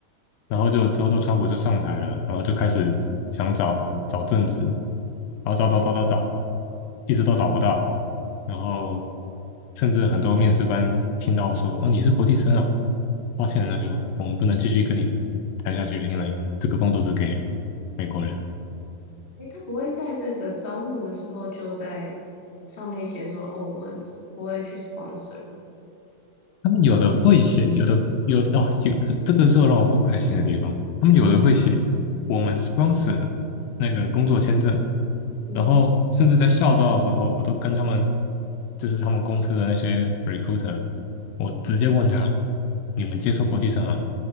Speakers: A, on the left; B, on the left.
A: 然后就之后都川普就上台了，然后就开始想找找政治，然后找找找找找，一直都找不到，然后甚至很多面试官听到说：“哦，你是国际生啊，抱歉，那就我们不能继续跟你谈下去了，因为这个工作只给美国人。”
B: 哎，他不会在那个招募的时候就在上面写说，哦，我们只不会去 sponsor
A: 他们有的会写，有的有的哦，有这个是让我不开心的地方。他们有的会写我们 sponsor 那个工作签证，
B: 嗯
A: 然后甚至在校招的时候，我都跟他们就是他们公司的那些 recruiter，我直接问他你们接受国际生啊？